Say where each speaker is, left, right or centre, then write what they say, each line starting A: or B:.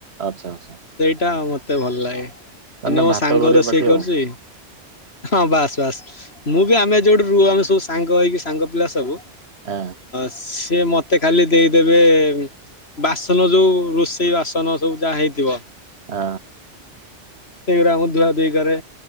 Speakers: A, on the right (about 60°); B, on the left (about 60°).
A: ଆଚ୍ଛା ଆଚ୍ଛା।
B: ସେଇଟା ମତେ ଭଲ ଲାଗେ ମାନେ
A: ତା ନା
B: ମୋ
A: ଭାତ
B: ସାଙ୍ଗ
A: କରିବା
B: ରୋଷେଇ
A: ପାଟି
B: କରୁଛି।
A: ଆଉ
B: ହଁ ବାସ୍ ବାସ୍ ମୁଁ ବି ଆମେ ଯୋଉଠୁ ରୁହୁ ଆମେ ସବୁ ସାଙ୍ଗ ହେଇକି ସାଙ୍ଗ ପିଲା ସବୁ।
A: ଅ।
B: ସେ ଏ ମତେ ଖାଲି ଦେଇଦେବେ। ବାସନ ଯୋଉ ରୋଷେଇ ବାସନ ସବୁ ଯାହା ହେଇଥିବ।
A: ଅ।
B: ସେଗୁଡା ମୁଁ ଧୁଆ ଧୁଇ କରେ।